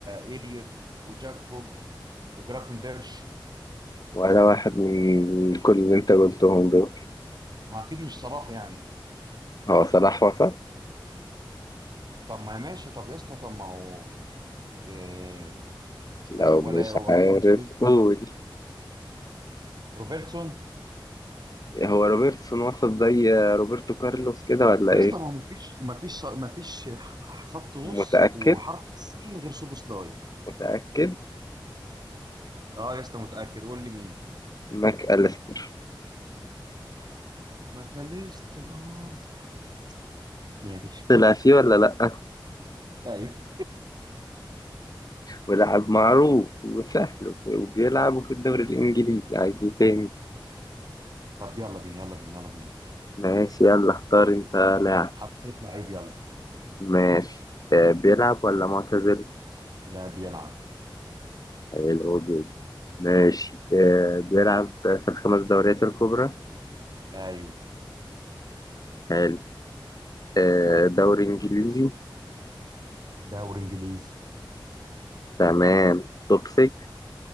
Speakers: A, on the right; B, on the left.
A: اليوت وجاكبو وجرافن بيرش
B: ولا واحد من كل اللي انت قلتهم دول
A: ما هو اكيد مش صلاح يعني
B: هو صلاح وسط
A: طب ما ماشي طب يا اسطى طب ما هو آه، استنى
B: لو
A: ولا
B: مش
A: هو
B: عارف
A: اكيد مش لوز دي
B: قول
A: روبرتسون
B: هو روبرتسون وسط زي روبرتو كارلوس كده ولا
A: يا
B: ايه
A: اسطى ما مفيش مفيش مفيش خط نص
B: متأكد
A: وحرف السين غير سوبوسلاي
B: متأكد
A: اه يا اسطى متاكد قول لي مين
B: ماك أليستر
A: ماكاليستر اه صح ماشي
B: طلع فيه ولا لأ
A: <laughs> ايوه
B: ولاعب معروف وسهل في- وبيلعبوا في الدوري الإنجليزي عايز ايه تاني
A: طب يلا بينا يلا بينا يلا بينا
B: ماشي يلا اختار انت لاعب
A: حطيت لعيب يلا
B: ماشي آه بيلعب ولا معتزل
A: لا بيلعب
B: حلو جدا ماشي آه بيلعب في الخمس دوريات الكبرى
A: ايوه
B: حلو آه دوري إنجليزي
A: دوري انجليزي
B: تمام توب 6